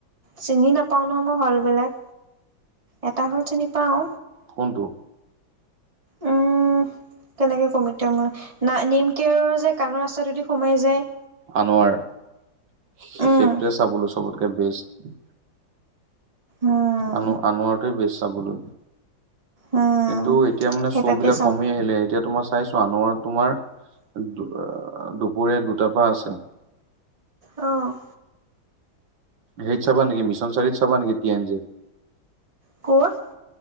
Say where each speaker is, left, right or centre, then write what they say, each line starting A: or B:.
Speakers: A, on the right; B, on the right.
A: চিনি নাপাও ন মই হল বিলাক। এটা হল চিনি পাওঁ।
B: কোনটো।
A: উম কেনেকে ক'ম এতিয়া মই না নেম কেয়াৰৰ যে কাণৰ ৰাস্তাটোৱেই দি সোমাই যায়।
B: আনোৱাৰ, সে
A: উম
B: সেইটোতে চাবলৈ চবতকে বেষ্ট।
A: উম
B: আনো আনোৱাৰতো বেছ চাবলৈ।
A: উম
B: কিন্তু এতিয়া মানে
A: সেই
B: শ্ব'
A: তাতে
B: বিলাক
A: চাওঁ
B: কমি আহিলে এতিয়া তোমাৰ চাইছো আনোৱাৰত তোমাৰ দুপৰীয়া দুটাৰ পৰা আছে।
A: অ'।
B: হেৰিত চাবা নেকি মিছন চাৰিত চাবা নেকি টি এন জি।
A: ক'ত?